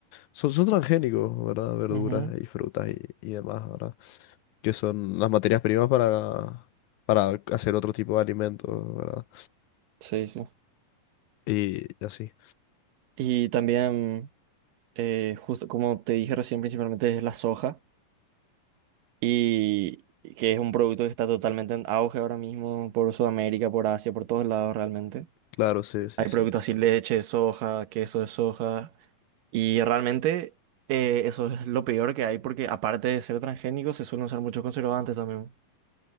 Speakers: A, on the left; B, on the right.
A: son, son transgénicos, ¿verdad? Verduras
B: ujú,
A: y frutas y, y demás, ¿verdad? Que son las materias primas para, para hacer otro tipo de alimentos, ¿verdad?
B: Sí, sí.
A: Y así.
B: Y también, eh, justo como te dije recién, principalmente es la soja, y y que es un producto que está totalmente en auge ahora mismo por Sudamérica, por Asia, por todos lados realmente.
A: Claro, sí, sí,
B: Hay
A: sí.
B: productos así, leche de soja, queso de soja. Y realmente eh, eso es lo peor que hay porque aparte de ser transgénico se suelen usar muchos conservantes también.